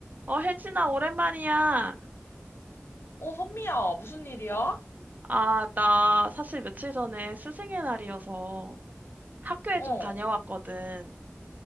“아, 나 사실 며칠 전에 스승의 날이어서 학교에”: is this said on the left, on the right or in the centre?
Right